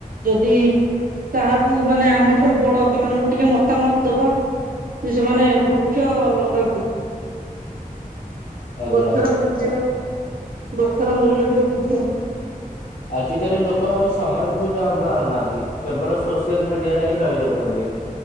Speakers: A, on the right (about 70°); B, on the left (about 65°).
A: ଯଦି ତାହାକୁ ମାନେ ଆମଠାରୁ ବଡ ସେମାନଙ୍କୁ ଟିକେ ମତାମତ ଦବା। ହଁ ସେମାନେ ବୃକ୍ଷ ଲଗାନ୍ତୁ।
B: ଆଜ୍ଞା
A: ଗଛର ମୂଲ୍ୟ ଗଛର ମୂଲ୍ୟ ଟିକେ ବୁଝନ୍ତୁ।
B: ଆଜିକାଲି ଲୋକ ଆଉ ସମାଜକୁ ଯା ବାହାରୁନାହାନ୍ତି କେବଳ ସୋସିଆଲ ମିଡିଆରେ ହିଁ ରହିଯାଉଛନ୍ତି।